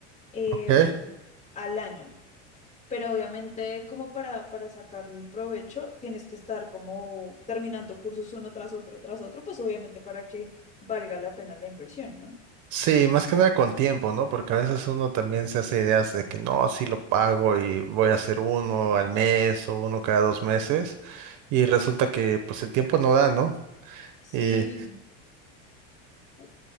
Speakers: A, on the left (about 20°); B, on the right (about 55°).
A: em,
B: ok.
A: al año. Pero obviamente como para, para sacarle el provecho, tienes que estar como terminando cursos uno tras otro, tras otro, pues obviamente para que valga la pena la inversión, ¿no?
B: Sí, más que nada con tiempo, ¿no? Porque a veces uno también se hace ideas de que no, sí lo pago y voy a hacer uno al mes o uno cada dos meses. Y resulta que pues el tiempo no da, ¿no?
A: Sí,
B: Y
A: Mm.